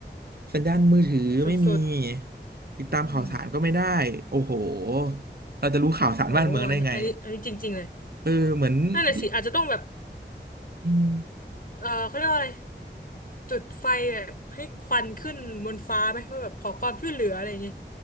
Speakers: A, on the right; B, on the left.
A: สัญญาณมือถือไม่มี
B: สุด
A: ติดตามข่าวสารก็ไม่ได้โอ้โห
B: ๆอืม
A: เราจะรู้ข่าวสารบ้านเมืองได้ไง
B: โหอันนี้อันนี้จริงๆเลย
A: เออเหมือนที่
B: นั่นแหละสิอาจจะต้องแบบ
A: อืม
B: เออเขาเรียกว่าอะไรจุดไฟแบบให้ควันขึ้นบนฟ้าไหมว่าแบบขอความช่วยเหลืออะไรอย่างเงี้ย